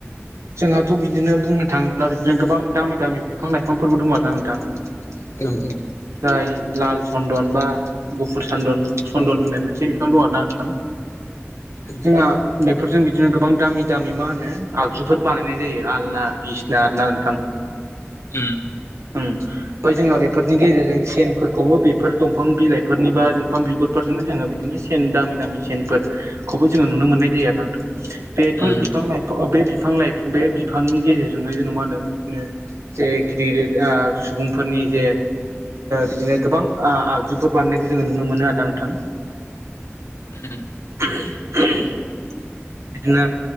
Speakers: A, on the right; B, on the left.
A: जोंहाथ' बिदिनो बुंनो थाङोब्ला बिदिनो गोबां दामि दामि बिफां लाइफांफोरबो दं आर ना नोंथां <unintelligible>
B: औं औ
A: जाय लाल चन्दन बा गुफुर सदन चन्दन होननाय मोनसे बिफां दं आर ना नोंथां
B: <unintelligible>
A: जोंहा बेफोरजों बि जोङ गोबां दामि दामि मा होनो आगजुफोर बानायनाय जायो आलना बिसना ना नोंथां
B: उम
A: औ बा जोंहा बेफोरनि गेजेरजों सेनफोरखौबो बेफोर दंफां बिलाइफोरनि बा दंफां बिगुर फोरजोंनो जोङो बिदिनो सेन दामि दामि सेनफोरखौबो जोङो नुनो मोननाय जायो आरो नोंथां बेफोर
B: उम
A: बिफां लाइफां बे बिफां लाइां बे बिफांनि गेजेरजोंनो जोङो मा होनदों बिदिनो जे गिदिर गिदिर सुबुंफोरनि जे बिदिनो गोबां आगजुफोर बानायनायखौ जोङो नुनो मोनो आदा नोंथां
B: उम
A: बिदिनो